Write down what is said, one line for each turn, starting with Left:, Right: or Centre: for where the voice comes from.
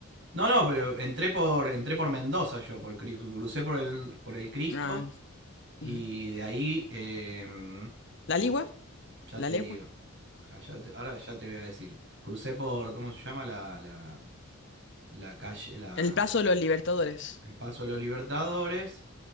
Right: No, no, pero entré por, entré por Mendoza yo, por, Cri- crucé por el, por el Cristo
Left: Ah,
Right: y
Left: ujú.
Right: de ahí em,
Left: ¿La
Right: ya
Left: Ligua?
Right: te, ya
Left: ¿La
Right: te
Left: Legua?
Right: digo. Ah, ya te- ahora ya te voy a decir. Crucé por, ¿cómo se llama? La, la, la calle, la,
Left: El Plazo de los Libertadores.
Right: el Paso de los Libertadores